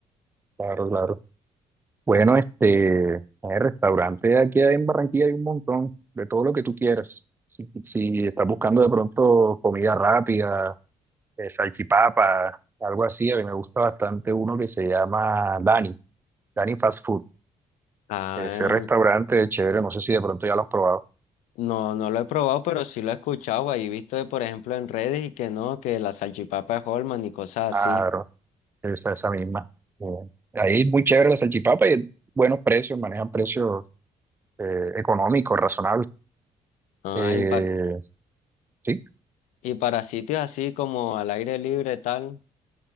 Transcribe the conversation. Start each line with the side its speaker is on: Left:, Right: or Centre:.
Right: Claro, claro. Bueno, este, el restaurante aquí en Barranquilla hay un montón, de todo lo que tú quieras. Si, si estás buscando de pronto comida rápida, eh, salchipapa, algo así. A mí me gusta bastante uno que se llama Dani, Dani Fast Food.
Left: Ah,
Right: Ese restaurante es chévere, no sé si de pronto ya lo has probado.
Left: no, no lo he probado, pero sí lo he escuchado. Ahí he visto, eh, por ejemplo, en redes y que no, que la salchipapa es Holman y cosas
Right: Ah,
Left: así.
Right: bro, esa, esa misma. Eh, ahí es muy chévere la salchipapa y buenos precios, manejan precios eh, económicos, razonables.
Left: Ah,
Right: Eh,
Left: y, pa-
Right: sí,
Left: y para sitios así como al aire libre tal.